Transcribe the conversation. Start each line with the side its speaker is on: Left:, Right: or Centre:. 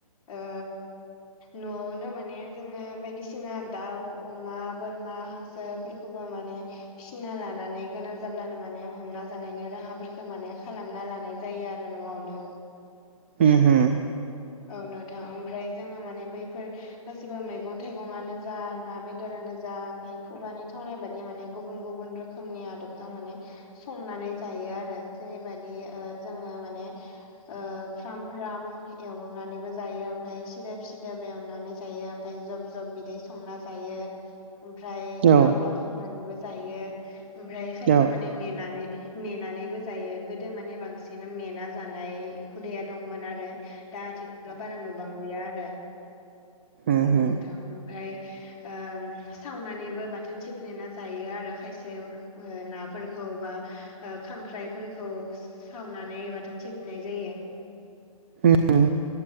Left: ओ न'वावनो माने जोङो बायदिसिना दाउ अमा बोरमा हांसोफोर खौबो माने फिसिना लानानै गोनां जाब्लानो माने हमना जानायनि राहाफोरखौ माने खालामना लानाय जायो आरो न'वावनो
Right: उम हुम
Left: औ नोंथां ओमफ्राय जोङो माने बैफोर गासैबो मैगं थाइगङानो जा ना बेदरानो जा ओमफ्राय खुगानि थावनाय बादि माने गुबुन गुबुन रो खोमनि आदबजों माने संनानै जायो आरो जेरैबादि ओ जोङो माने ओ फ्राम फ्राम एवनानैबो जायो ओमफ्राय सिदोब सिदोब एवनानै जायो ओमफ्राय जब जब बिदै संना जायो। ओमफ्राय
Right: औ
Left: लाव लाव संनानैबो जायो ओमफ्राय खायसे
Right: औ
Left: माने मेनानै मेनानैबो जायो गोदो माने बांसि मेना जानाय हुदाया दंमोन आरो दा आथिखालाव बारा नु नुबांलिया आरो
Right: होम
Left: औ
Right: होम
Left: नोंथां ओमफ्राय ओम सावनानैबो बाथोन सिफ्लेना जायो आरो खायसे ओ नाफोरखौ बा ओ खांख्राइफोरखौ सावनानै बाथोन सफ्लेनाय जायो।
Right: उम